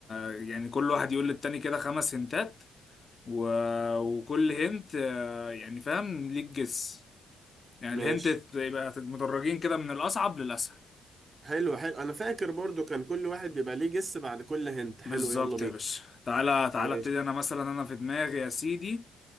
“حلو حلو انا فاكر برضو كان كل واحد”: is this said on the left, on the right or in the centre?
Right